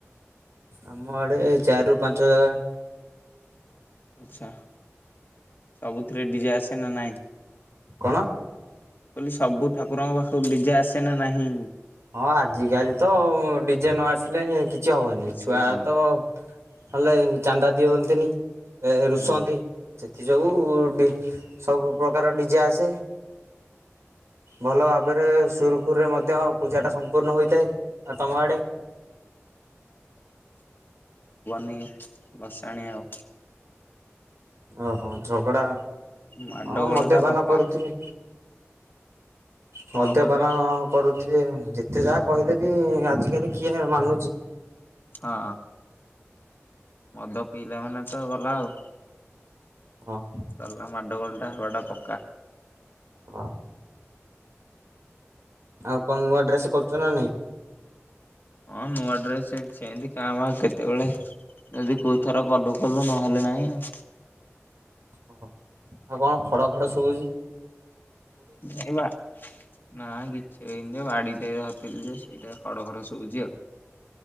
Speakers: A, on the right; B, on the left.
A: ଆମ ଆଡ଼େ ଚାରିରୁ ପାଞ୍ଚ ଜାଗା
B: ଆଚ୍ଛା। ସବୁଥିରେ ଡିଜେ ଆସେ ନା ନାଇଁ?
A: କଣ?
B: କହିଲି ସବୁ ଠାକୁରଙ୍କ ପାଖକୁ ଡି ଜେ ଆସେ ନା ନାହିଁ?
A: ହଁ ଆଜିକାଲି ତ ଡିଜେ ନ ଆସିଲେ କିଛି ହବନି
B: କିଛି
A: ଛୁଆ
B: ହଉନି
A: ତ ହେଲେ ଚାନ୍ଦା ଦିଅନ୍ତିନି। ଏ ରୁଷନ୍ତି
B: ହୁଁ
A: ଏଥି ଯୋଗୁ ଡି ସବୁ ପ୍ରକାର ଡି ଡିଜେ ଆସେ ଭଲ ଭାବରେ ସୁରୁଖୁରୁରେ ମଧ୍ୟ ପୂଜାଟା ସମ୍ପୂର୍ଣ୍ଣ ହୋଇଥାଏ ଆଉ ତମ ଆଡ଼େ।
B: ନି ବସାଣି ଆଉ।
A: ଓହୋ ଝଗଡ଼ା।
B: ମାଡଗୋଳ
A: ହଁ ମଦ୍ୟପାନ
B: ଟା ପକ୍କା
A: କରୁଥିଲି।
B: କଣ
A: ମଦ୍ୟପାନ
B: କହୁଛ
A: କରୁଥିବେ। ତେ ଯାହା କହିଲେ ବି ଆଜିକାଲି କିଏ ମାନୁଛି।
B: ହଁ ମଦ ପିଇଲା ମାନେ ତ ଗଲା ଆଉ।
A: ହଁ
B: ସରିଲା ମାଡ଼ ଗୋଲଟା ହେବାଟା ପକ୍କା।
A: ହଁ। ଆଉ କଣ ନୂଆ ଡ୍ରେସ କରୁ ଚୁ ନା ନାଇଁ
B: ହଁ ନୂଆ ଡ୍ରେସ ସେମତି କାଁ ଭାଁ ଆଉ କେତେବେଳେ ଯଦି କଉଥର ଗଲୁ କଲୁ ନହେଲେ ନାହିଁ ଆଉ।
A: ଓ ଆଉ କଣ ଖଡ ଖଡ ସବୁଚି।
B: ଏ ବା ନା କିଛି ହେଇନି ଯେ ବାଡିଟେ ଧରିଥିଲି ଯେ ସେଇଟା ଖଡ ଖଡ ଶୁବୁଚି ଆଉ।